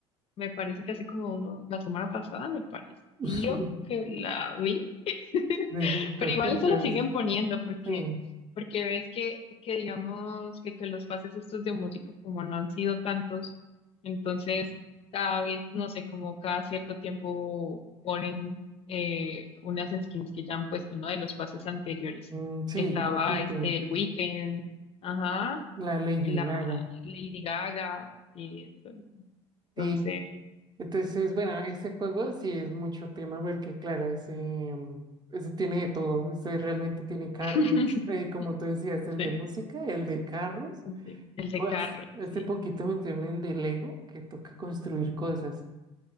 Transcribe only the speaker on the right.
<laughs>
Entonces, Creo
que entonces,
sí,
mm, sí,
repito,
la Lady
Gaga.
Sí, Entonces, bueno, ese juego sí es mucho tema porque, claro, ese, mm, ese tiene de todo, ese realmente tiene carros,
eh, como tú decías, el
de música, el de carros,
pues
hace
poquito metieron el de Lego, que toca construir cosas.